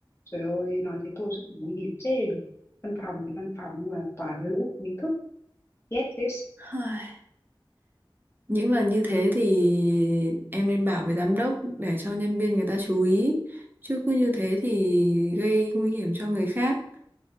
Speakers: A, on the left; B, on the right.
A: Trời ơi, nói thế thôi chứ cũng nguy hiểm chê được. Văn phòng thì văn phòng nhưng mà toàn cái lũ không ý thức, ghét thế
B: <sighs> Những lần như thế thì em nên bảo với giám đốc để cho nhân viên người ta chú ý. Chứ cứ như thế thì gây nguy hiểm cho người khác.